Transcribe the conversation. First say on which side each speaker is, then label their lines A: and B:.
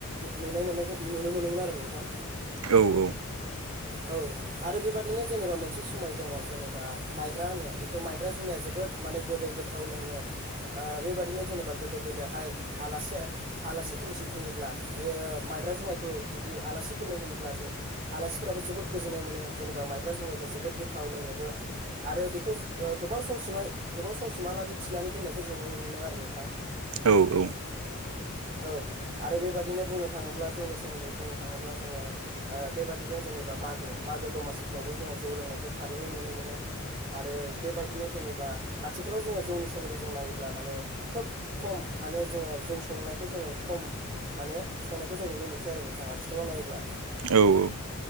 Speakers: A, on the right (about 30°); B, on the right (about 85°).
A: नुनो मोननायखौ नुनो मोनोमोन आरो नोंथां।
B: औ औ।
A: औ आरो बेबादिनो जेनेबा मोनसे जुमाय दङ जेनेबा माइब्रा होनो। बेखौ माइब्रा जुमाया जोबोद माने गोदै गोथाव लोंनो ओ बेबायदिनो जेनेबा गोदो गोदोहाय आलासि आलासि दुमसि फैयोब्ला बेयो माइ माइब्रा जुमायखौ जुदि आलासिफोरनो होयोब्ला जे आलासिफोराबो जोबोर गोजोननाय मोनो जेनेबा माइब्रा जुमायखौ जोबोद गोथाव लोंनोबो आरो बेखौ ओ गोबाव समसिमहाय गोबाव समसिमहालागै थिनानै दोननायखौ जों नुनो मोनो आरो नोंथां
B: औ औ
A: <inaudible> <unintelligible> औ आरो बेबाददिनो बुंनो थाङोब्ला जौनि सोमोन्दै बुंनो थाङोब्ला जोङो बेबादिनो जेनेबा मागो मागो दमासिफ्रावबो जोङो जौ लोंनायखौ थारैनो नुनो मोनो आरो बेबायदिनो जेनेबा आथिखालाव जोङो जौनि सोमोन्दै जों नायोब्ला माने खोब खम माने जोङो जौ संनायखौ जों जोङो खम माने संनायखौ जों नुनो मोनसै आरो नोंथाङा आथिखालाव नायोब्ला
B: औ औ